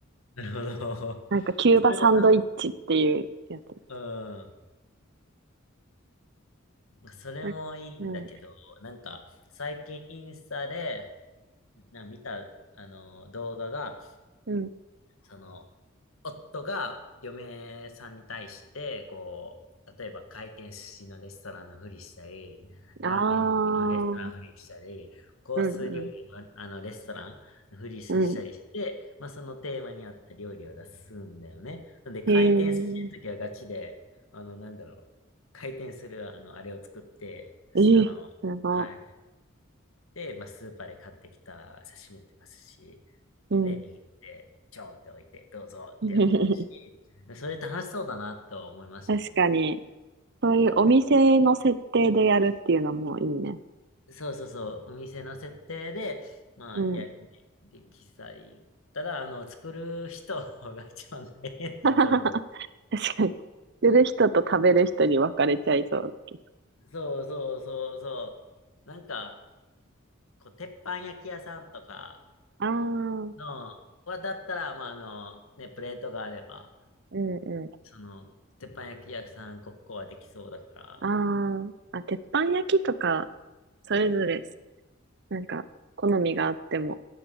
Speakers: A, on the left; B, on the right.
A: なるほど。
B: なんかキューバサンドイッチっていうやつ。
A: それも楽しうん。それもいいんだけど、
B: あうん、
A: なんか、最近インスタで、な見た、あの、動画が、
B: うん。
A: その、夫が嫁さんに対して、こう、例えば回転寿司のレストランのふりしたり、ラーメンのレストランのふりしたり、
B: ああ、
A: コース料理の、
B: うん、うん、
A: あのレストランのふりしたりして、
B: うん。
A: まあ、そのテーマに合った料理を出すんだよね。なんで回転寿司の時はガチで、
B: へえ、
A: あの、なんだろう、回転する、あの、あれを作って、
B: ええ、
A: あの、
B: すご
A: はい。で、まあ、スーパーで買ってきた刺身とか寿司
B: い。うん。
A: ね、握って、ちょんって置いて、どうぞってやってるし、
B: <laughs>
A: それ楽しそうだなと思いましたね。
B: 確かに。そういうお店の設定でやるっていうのもいいね。
A: か、そうそうそう、お店の設定で、まあ、
B: うん。
A: や、で、喫茶言ったら、あの、作る人が一番大変だと思
B: <laughs> 確かに。売る人と食べる人に分かれちゃいそうけど。
A: う。そうそうそうそう。なんか、こう、鉄板焼き屋さんとか
B: ああ、うん
A: の、は、だったら、まあ、あの、ね、プレートがあれば、
B: う
A: その、鉄板焼き屋さんごっこはできそうだから、
B: ん。ああ、あ、鉄板焼きとか、それぞれ、なんか、好みがあっても